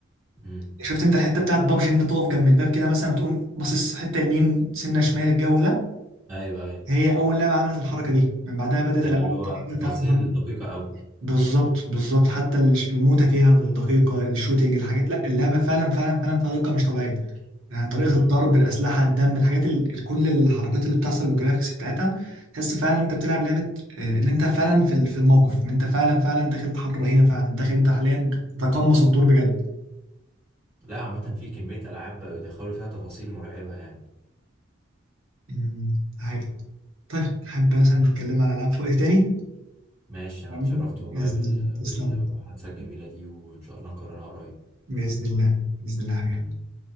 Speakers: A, on the right; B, on the right.
A: مم.
B: شفت انت الحته بتاعت بابجي ان انت تقف جنب الباب كده مثلا وتقوم باصص حته يمين سنه شمال الجو ده
A: ايوه ايوه
B: هي اول لعبه عملت الحركه دي من بعدها بدات
A: ايوه
B: الالعاب
A: اللي
B: التانيه
A: هو
B: كده
A: تفاصيل
B: تعمل الحركه دي
A: دقيقة قوي
B: بالظبط بالظبط حتى الش- الموتة فيها دقيقه الشوتينج الحاجات لا اللعبه فعلا فعلا فعلا فيها دقه مش طبيعيه يعني طريقه
A: مم.
B: الضرب الاسلحه الدم الحاجات ال... كل الحركات اللي بتحصل والجرافيكس بتاعتها تحس فعلا انت بتلعب لعبه آه، ان انت فعلا في ال- في الموقف ان انت فعلا فعلا داخل تحرر رهينه فعلا داخل انت حاليا تقمص الدور بجد
A: لا عامة في كمية العاب بقوا يدخلوا فيها تفاصيل مرعبة يعني
B: مم. هاي. طيب حابب مثلا نتكلم على العاب في وقت تاني
A: ماشي انا
B: حبيبي.
A: اتشرفت والله
B: باذن
A: بال...
B: الله
A: بالمحادثة
B: تسلم
A: الجميلة دي وان شاء الله نكررها قريب
B: باذن الله باذن الله يا
A: حبيبي
B: حبيبي